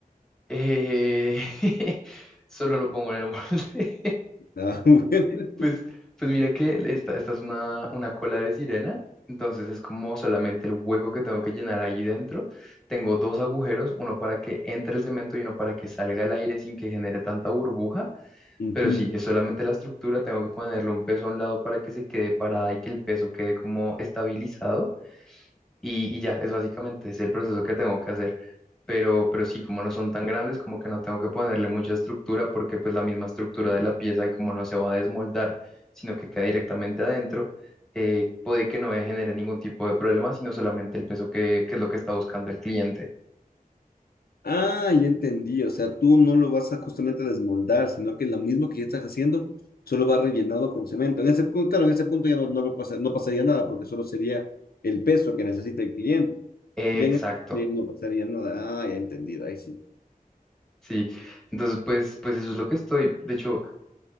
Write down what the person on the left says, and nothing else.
Ah, <laughs> bueno.
Ujú.
Ah, ya entendí. O sea, tú no lo vas a justamente desmoldar, sino que lo mismo que ya estás haciendo, solo va rellenado con cemento. En ese, pu- claro, en ese punto ya no, no, lo pasa- no pasaría nada, porque solo sería el peso que necesita el cliente.
Ya
en ese no pasaría nada. Ah, ya entendido. Ahí sí.